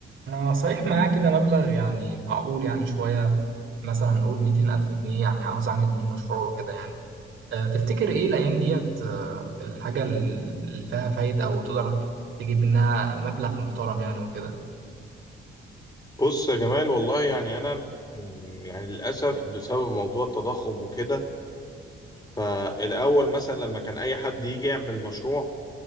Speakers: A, on the right; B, on the left.
A: انا صحيح معايا كده مبلغ يعني معقول يعني شوية مثلا نقول 200 ألف جنيه يعني عاوز أعمل بيه مشروع وكده يعني أه تفتكر إيه الأيام ديت أه الحاجة اللي فيها فايدة وتقدر تجيب منها مبلغ محترم يعني وكده
B: بص يا جمال والله يعني انا م- يعني للاسف بسبب موضوع التضخم وكده فالاول مثلا لما كان اي حد يجي يعمل مشروع